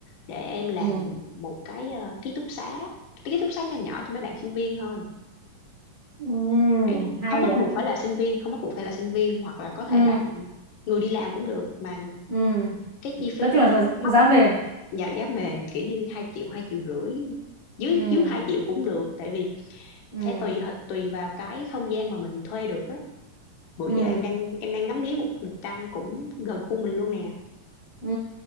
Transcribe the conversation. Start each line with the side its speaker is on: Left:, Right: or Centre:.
Left: để em làm
Right: ừ
Left: một cái ờ, ký túc xá cái ký túc xá nhỏ nhỏ cho mấy bạn sinh viên thôi
Right: ừ
Left: ý là
Right: hay
Left: không bắt
Right: vậy
Left: buộc phải là sinh viên không bắt buộc phải là sinh viên hoặc là có
Right: ừ
Left: thể bạn người đi làm cũng được mà
Right: ừ
Left: cái chi phí
Right: nói chung
Left: nó
Right: là giá, giá
Left: thấp
Right: mềm
Left: và giá mềm kiểu như hai triệu hai triệu rưỡi dưới
Right: ừ
Left: dưới 2 triệu cũng được tại vì
Right: ừ
Left: sẽ tùy hệt- tùy vào cái không gian mà mình thuê được á bữa
Right: ừ
Left: giờ em đang em đang ngắm nghía một, một căn cũng gần khu mình luôn nè
Right: ừ